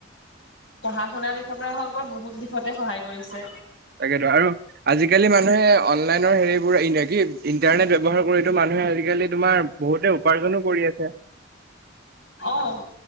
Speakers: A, on the left; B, on the right.
A: পঢ়া শুনা দিশতে হওক বা বহুত দিশতে সহায় কৰিছে।
B: তাকেতো আৰু- আজিকালি মানুহে অনলাইনৰ হেৰিবোৰ এ ন কি ইণ্টাৰনেট ব্যৱহাৰ কৰিতো মানুহে আজিকালি- তোমাৰ বহুতে উপাৰ্জনো কৰি আছে।
A: অঁ'